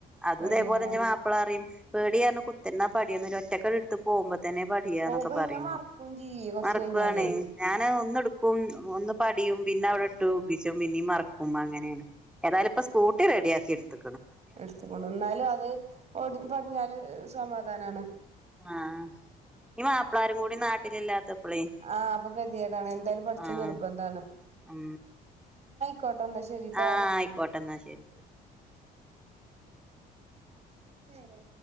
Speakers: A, in the centre; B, on the right.
A: അതുംതേപോലെന്റെ
B: പേടിയാണ്
A: മാപ്പിളാറിയും പേടിയാണ് കുത്തിന്നാ പടിയൊന്നുംല്ലാ ഒറ്റക്കട് എടുത്ത് പോകുമ്പ തന്നെ പടിയാന്നൊക്കെ
B: പോവുമ്പോ പിന്നെ
A: പറയോ
B: മറക്കും ചെയ്യേ കൊറച്ച്
A: മറ
B: കഴിഞ്ഞാലേ
A: ക്കാണെ ഞാൻ ഒന്നെടുക്കും ഒന്ന് പടിയും പിന്നെ അവിടെ ഇട്ട് പിച്ചും പിന്നീ മറ ക്കും അങ്ങനെയാണ് ഏതാല ഇപ്പം സ്കൂട്ടി റെഡിയാക്കി എടുത്തു.
B: എടുത്തക്കൊണ്ട് വന്നാലും അത് പ പടിഞ്ഞാല് സമാധാനാണ്.
A: ആ ഈ മാപ്പിളാരും കൂടി നാട്ടിലില്ലാത്തപ്പളേ
B: ആ അപ്പൊ ഗതിയേടാണ്, എന്താലും പഠിച്ച
A: ആഹ്
B: നിർബന്ധമാണ്.
A: ഉം
B: ക്കുവട്ടെന്ന ശരിട്ടാ.
A: ആഹ് ആയിക്കോട്ടെ ഇന്നാ ശരി ശരി
B: അരിയാ